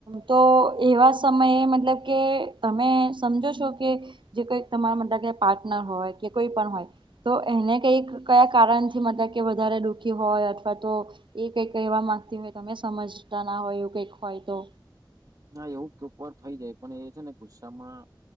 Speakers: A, on the right; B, on the right.
A: તો એવા સમયે મતલબ કે તમે સમજો છો કે જે કઈક તમારા મા ક પાર્ટનર હોય કે કોઈ પણ હોય તો એને કંઈક કયા કારણથી મતલબ કે વધારે દુઃખી હોય અથવા તો એ કઈક એવા માંગતી હોય તમે સમજતા ના હોય એવું કઈક હોય તો
B: ના એવું તો ઉપર થઈ જાય પણ એ છે ને ગુસ્સામાં